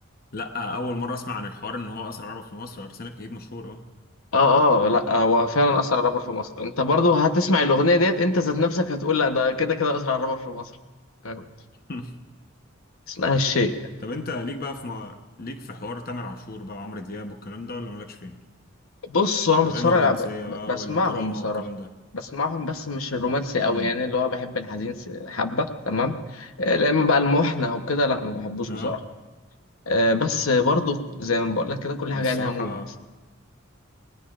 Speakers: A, on the left; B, on the left.
A: لا أول مرة أسمع عن الحوار إن هو أسرع عربة في مصر أرسنال أكيد مشهور أه
B: اه اه لا هو فعلا اسرع رابر في مصر انت برضه هتسمع الاغنيه ديت انت ذات نفسك هتقول لا ده كده كده اسرع رابر في مصر فاهم؟
A: <laughs>
B: اسمها الشيء
A: طب أنت ليك بقى في م... ليك في حوار تامر عاشور بقى عمرو دياب والكلام ده ولا مالكش فيه؟
B: بص انا
A: الأغاني
B: بتفرج
A: الرومانسية
B: ب- ب-
A: بقى
B: بسمعهم
A: والدراما
B: بصراحه
A: والكلام ده
B: بسمعهم بس مش الرومانسي قوي
A: امم
B: يعني اللي هو بحب الحزين س- حبه تمام آه، لا اما بقى المحنه او كده لا ما بحبوش
A: أه
B: بصراحه آه، بس برضو زي ما بقول لك كده كل
A: أنا
B: حاجه
A: الصراحة
B: لها مود